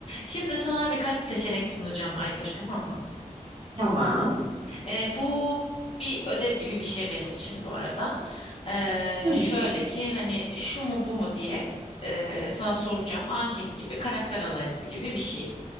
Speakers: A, on the left (about 45°); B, on the right (about 45°).
A: Şimdi sana birkaç seçenek sunacağım Aydoş, tamam mı?
B: Tamam.
A: Ee, bu bir ödev gibi bir şey benim için bu arada. Ee,
B: Hı
A: şöyle
B: hı,
A: ki hani şu mu bu mu diye e, sana soracağım. Anket gibi, karakter analizi gibi bir şey.